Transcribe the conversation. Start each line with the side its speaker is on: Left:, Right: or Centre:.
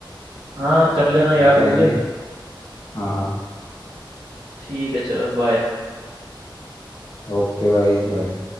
Right: हाँ कर लेना याद
Left: आके आएंगे
Right: मुझे
Left: हाँ हाँ
Right: ठीक है चलो बाय
Left: ओके भाई बाय